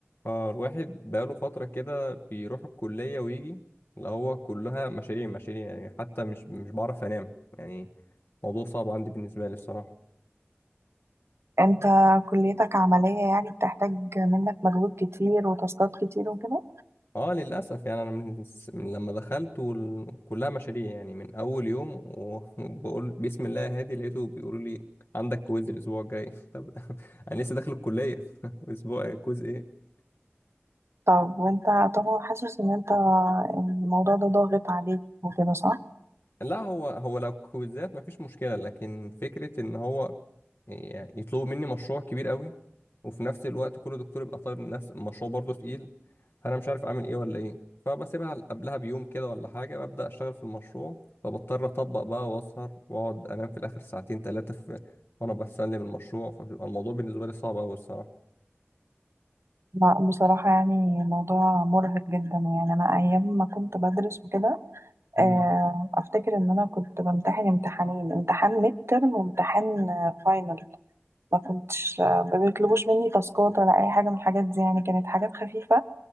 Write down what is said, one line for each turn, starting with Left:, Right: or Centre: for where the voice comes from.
Left: اه الواحد بقاله فترة كده بيروح الكلية ويجي اللي هو كلها مشاريع مشاريع يعني حتى مش مش بعرف انام يعني موضوع صعب عندي بالنسبة لي الصراحة
Right: انت كليتك عملية يعني بتحتاج منك مجهود كتير وتاسكات كتير وكده
Left: اه للأسف يعني أنا من, س- من لما دخلت وال- كلها مشاريع يعني من أول يوم و- <laughs> وبقول بسم الله يا هادي لقيته بيقولوا لي عندك كويز الأسبوع الجاي <laughs> طب <laughs> أنا لسه داخل الكلية <laughs> أسبوع كويز إيه
Right: طب وانت طبعا حاسس ان انت الموضوع ده ضاغط عليك وكده صح؟
Left: لا هو هو لو كويزات مفيش مشكلة لكن فكرة ان هو يعني يطلبوا مني مشروع كبير قوي وفي نفس الوقت كل دكتور يبقى طالب نفس المشروع برضه تقيل فانا مش عارف اعمل ايه ولا ايه فبسيبها قبلها بيوم كده ولا حاجة ببدأ اشتغل في المشروع فبضطر اطبق بقى واسهر واقعد انام في الاخر ساعتين ثلاثة في وانا بسلم المشروع فبيبقى الموضوع بالنسبة لي صعب قوي الصراحة
Right: لا بصراحة يعني الموضوع مرهق جدا يعني أنا أيام ما كنت بدرس وكده
Left: مم.
Right: آه، أفتكر إن أنا كنت بمتحن امتحانين امتحان ميد ترم وامتحان فاينل ما كنتش آه، ما بيطلبوش مني تاسكات ولا أي حاجة من الحاجات دي يعني كانت حاجات خفيفة